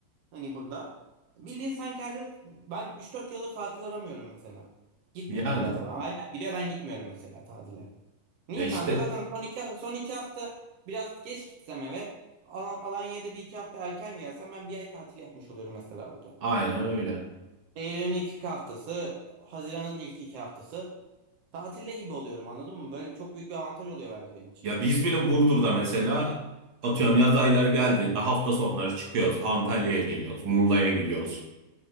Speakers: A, on the right; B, on the right.
A: Hani burada. Bildiğin sanki her yıl ben üç dört yıldır tatil aramıyorum mesela. Gitmiyorum
B: Yani
A: da zaten. Ailem gidiyor ben gitmiyorum mesela tatile. Niye
B: ya işte
A: kanka? Zaten son iki, son iki hafta biraz geç gitsem eve. Al- Alanya'da bir iki hafta erken gelsem ben bir ay tatil yapmış oluyorum mesela burada.
B: aynen öyle.
A: Eylül'ün ilk iki haftası, Haziran'ın ilk iki haftası. Tatilde gibi oluyorum anladın mı? Böyle bir, çok büyük bir avantaj oluyor bence benim için.
B: Ya biz bile Burdur'da mesela atıyorum yaz ayları geldiğinde hafta sonları çıkıyoruz. Antalya'ya geliyoruz. Muğla'ya gidiyoruz.